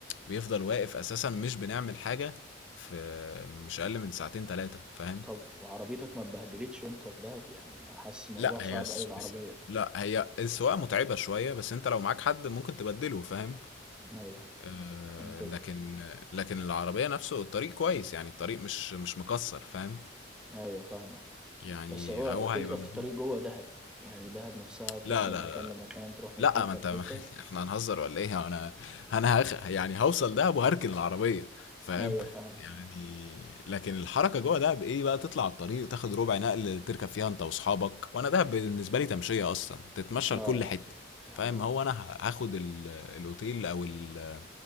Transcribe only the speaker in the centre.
طب وعربيتك ما اتبهدلتش وأنت في دهب يعني حاسس الموضوع
صعب
أوي بعربية
أيوة
منطقي
أيوة فاهمك
بس هو
الفكرة
في
الطريق جوه دهب يعني دهب نفسها تروح
من
مكان
لمكان تروح من
حتة
لحتة
ايوه فاهمة
اه
دي حقيقة